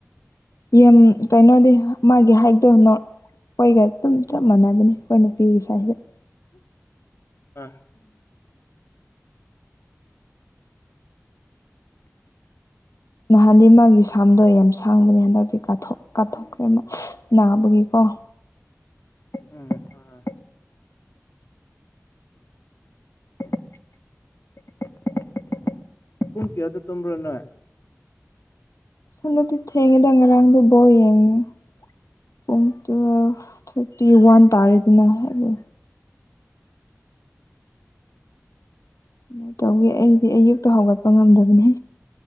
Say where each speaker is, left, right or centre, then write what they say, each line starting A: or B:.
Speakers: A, on the left; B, on the left.
A: ꯌꯥꯝ ꯀꯩꯅꯣꯗꯤ ꯃꯥꯒꯤ ꯍꯥꯏꯛꯇꯣ ꯑꯩꯈꯣꯏꯒ ꯑꯗꯨꯝ ꯆꯞ ꯃꯥꯟꯅꯕꯅꯤ ꯑꯩꯈꯣꯏ ꯅꯨꯄꯤꯒꯤ ꯁꯥꯏꯁꯦ ꯎ
B: ꯑꯥ
A: ꯅꯍꯥꯟꯗꯤ ꯃꯥꯒꯤ ꯁꯥꯝꯗꯣ ꯌꯥꯝ ꯁꯥꯡꯕꯅꯦ ꯍꯟꯗꯛꯇꯤ ꯀꯥꯊꯣꯛꯈ꯭ꯔꯦ ꯅꯥꯕꯒꯤꯀꯣ ꯋꯥ
B: ꯎꯝ ꯎꯝ <unintelligible> ꯍꯨꯡꯀꯤ ꯑꯇ ꯇꯣꯨꯝ꯭ꯔ ꯅꯣꯏ
A: ꯁꯅꯗꯤ ꯊꯦꯡꯉꯗ ꯉꯔꯥꯡꯗ ꯣ ꯌꯦꯡꯉ ꯄꯨꯡ ꯇꯨꯋ ꯊꯥꯔꯇꯤ ꯋꯥꯟ ꯇꯥꯔꯦꯗꯅ ꯍꯥꯏꯕꯣ ꯑꯗꯨꯃꯥꯏꯅ ꯇꯧꯒꯦ ꯑꯩꯗꯤ ꯑꯌꯨꯛꯇ ꯍꯧꯒꯠꯄ ꯉꯝꯗꯕꯅꯦ